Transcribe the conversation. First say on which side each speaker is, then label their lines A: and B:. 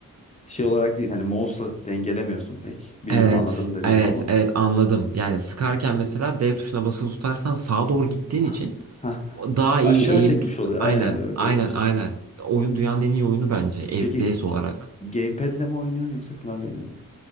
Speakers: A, on the left; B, on the right.
A: şey olarak değil hani mouse'la dengelemiyorsun pek. Bilmiyorum
B: Evet,
A: anladım dediğimi
B: evet,
A: ama.
B: evet anladım. Yani sıkarken mesela dev tuşuna basılı tutarsan sağa doğru gittiğin
A: <laughs> Ah,
B: için
A: hah.
B: O Daha iyi
A: aşağı
B: aim
A: çekmiş
B: tut-
A: oluyor.
B: aynen
A: Aynen böyle garip
B: aynen
A: bir şekilde.
B: aynen. Oyun dünyanın en iyi oyunu bence FPS
A: Peki
B: olarak.
A: gamepad'le mi oynuyorsun yoksa klavyeyle mi?